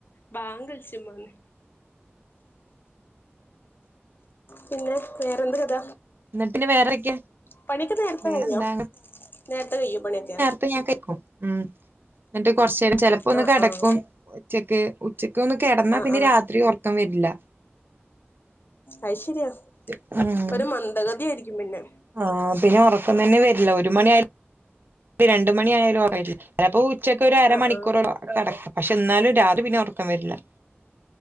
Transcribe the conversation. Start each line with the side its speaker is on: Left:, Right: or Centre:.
Left: ബാങ്ക്ളിച്ച മോന് പിന്നെ വേറെന്ത് കഥ?
Right: എന്നിട്ട് പിന്നെ വേറെക്കെ
Left: പണിയൊക്കെ നേരത്തെ
Right: വേറെന്താ
Left: കയിഞ്ഞോ നേരെത്തെ കയ്യോ പണിയൊക്കെ
Right: പ്പ ഞാ കേക്കും ഉം ഇന്നട്ട് കൊറച്ചേരം ചെലപ്പൊന്ന്
Left: ആഹ്
Right: കെടക്കും
Left: ആഹ്
Right: ഉച്ചക്ക് ഉച്ചക്കൊന്ന് കെടന്നാ
Left: ആഹ്
Right: പിന്നെ രാത്രി ഒറക്കം വെരില്ലാ
Left: അയ്ശെരിയാ
Right: ഉം
Left: ഒരു മന്ദഗതിയാരിക്കും പിന്നെ
Right: ആഹ് പിന്നെ ഒറക്കംതന്നെ വെരില്ലാ ഒരുമണിയാ മണി രണ്ട്മണിയായാലും <unintelligible> ചെലപ്പോ ഉച്ചയ്ക്ക് ഒരു അരമണിക്കൂറോളോ
Left: ആഹ് ആഹ്
Right: കെടക്കാ പക്ഷെ ഇന്നാലും രാത്രി പിന്നെ ഒറക്കം വെരില്ലാ